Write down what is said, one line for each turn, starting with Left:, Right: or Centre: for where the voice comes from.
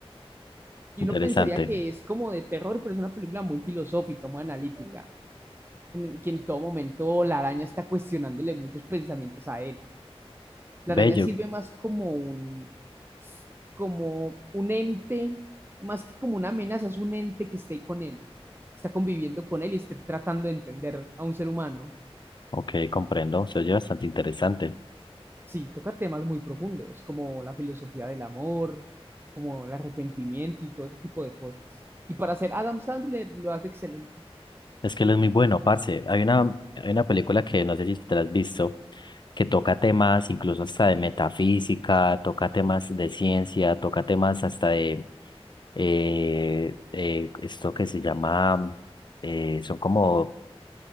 Right: y
Left: interesante.
Right: uno pensaría que es como de terror, pero es una película muy filosófica, muy analítica, en el que en todo momento la araña está cuestionándole muchos pensamientos a él. La
Left: Bello,
Right: araña sirve más como un, como un ente, más que como una amenaza, es un ente que está ahí con él, está conviviendo con él y está tratando de entender a un ser humano.
Left: ok, comprendo, se oye bastante interesante.
Right: Sí, toca temas muy profundos, como la filosofía del amor, como el arrepentimiento y todo ese tipo de cosas. Y para ser Adam Sandler lo hace excelente.
Left: Es que él es muy bueno, parce. Hay una, hay una película que no sé si te la has visto, que toca temas incluso hasta de metafísica, toca temas de ciencia, toca temas hasta de eh, eh, esto que se llama, eh, son como